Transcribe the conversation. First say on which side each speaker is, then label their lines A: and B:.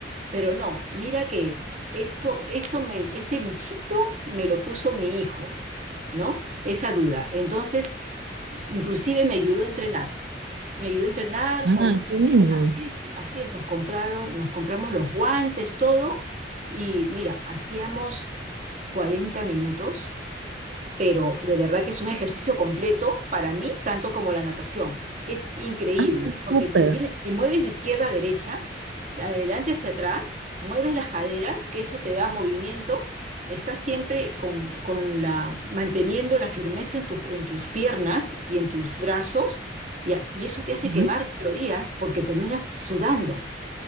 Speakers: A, on the right (about 45°); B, on the right (about 85°).
A: pero no, mira que eso, eso me, ese bichito me lo puso mi hijo, ¿no? Esa duda. Entonces, inclusive me ayudó a entrenar, me ayudó a entrenar,
B: Ah,
A: comp-
B: qué bueno.
A: así es, así es, nos compraron, nos compramos los guantes, todo, y mira, hacíamos 40 minutos pero de verdad que es un ejercicio completo para mí, tanto como la natación. Es increíble,
B: Ah,
A: porque
B: súper.
A: te tiene, te mueves de izquierda a derecha, de adelante hacia atrás, mueves las caderas, que eso te da movimiento, estás siempre con, con la, manteniendo la firmeza en, tu- en tus piernas y en tus brazos, y, a- y eso te hace
B: ¿no?
A: quemar calorías porque terminas sudando,